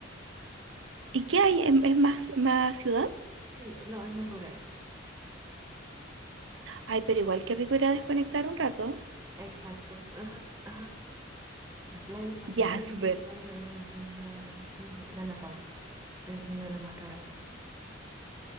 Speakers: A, on the right; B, on the right.
A: ¿Y qué hay? ¿Es, es más, más ciudad?
B: Sí, no, es más rural.
A: Ay, pero igual qué rico ir a desconectar un rato.
B: Exacto. Ajá, ajá. Las playas, aunque
A: Ya,
B: sí me
A: súper.
B: hubiese gustado ir a ver las islas, ¿cómo se Galápagos. Es una de las más caras.